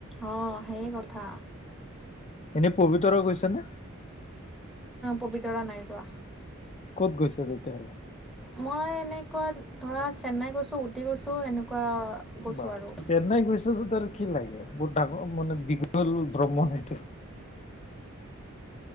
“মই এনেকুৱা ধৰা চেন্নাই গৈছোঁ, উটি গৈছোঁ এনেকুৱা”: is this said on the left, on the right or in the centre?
Centre